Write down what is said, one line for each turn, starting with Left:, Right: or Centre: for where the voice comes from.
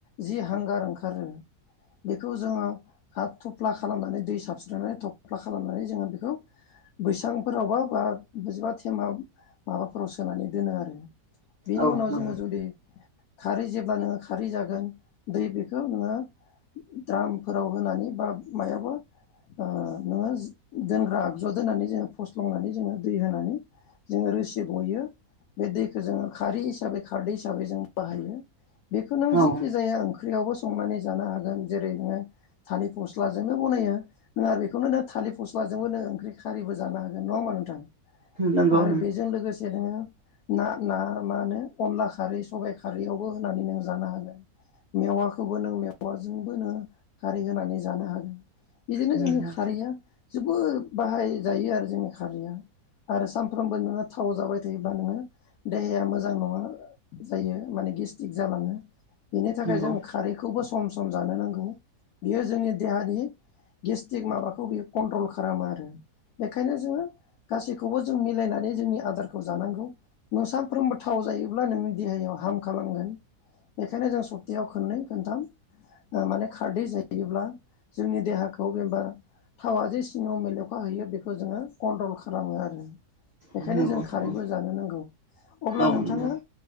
Left: जि हांगार ओंखारो बेखौ जोङो हा थफ्ला खालामनानै दै साबस्रनानै थफ्ला खालामनानै जोङो बेखौ बैसांफोरावबा बा बजिबा थेमा माबाफोराव सोनानै दोनो आरो। बिनि
Right: औ
Left: उनाव।
Right: नंगौ
Left: जोङो जुदि । खारै जेब्ला नोङो खारै जागोन दै बेखौ नोङो द्रामफोराव होनानै बा मायावबा ओ नोङो दोनग्रा आगजु दोननानै जोङो । फस्लंनानै जोङो दै होनानै। जोङो रोसि गयो बे दैखौ जोङो खारै हिसाबै। हिसाबै जों बाहायो। बेखो नों
Right: औ
Left: जिखि जाया ओं ख्रियावबो संनानै जानो हागोन जेरै नोङो थालिर फस्लाजोंनो बनायो नों आरो बेखौनो नों थालिर फस्लाजोंबो नोङो ओंख्रि खारैबो जानो हागोन नङा होमबा नोंथां। आरो
Right: नंगौ नंगौ
Left: बेजों लोगोसे नोङो। ना। ना मा होनो। खारै सबाय खारैयावबो होनानै नों जानो हागोन मेवाखौबो नों मेवाजोंबो नों खारै होनानै जानो हागोन। बिदिनो
Right: नंगौ
Left: जोंनि खारैया। जोबोर बाहायजायो आरो जोंनि खारैया आरो सानफ्रोमबो नोङो थाव जाबाय थायोब्ला नोङो देहाया मोजां नङा। जायो माने गेस्टिक जालाङो। बेनि थाखाय
Right: नंगौ
Left: जों खारैखौबो स सम जानो नांगौ बियो जोंनि देहानि गेस्टिक माबाखौ बियो कन्ट्रल खा खालामो आरो बेखायनो जोङो गासैखौबो जों मिलायनानै जोंनि आदारखौ जानांगौ नों सानफ्रोमबो थाव जायो। अब्ला नोंनि देहायाव हार्म खालामगोन बेखायनो जों सप्तायाव खोननै खोनथाम माने खारदै जायोब्ला जोंनि देहाखौ एबा थावा जे सिङाव मेलेवखा हैयो बेखौ जोङो कन्ट्रल खालामो आरो। बेखायनो
Right: नंगौ
Left: जों खारैबो जानो नांगौ अब्ला
Right: औ
Left: नोंथाङा।
Right: नंगौ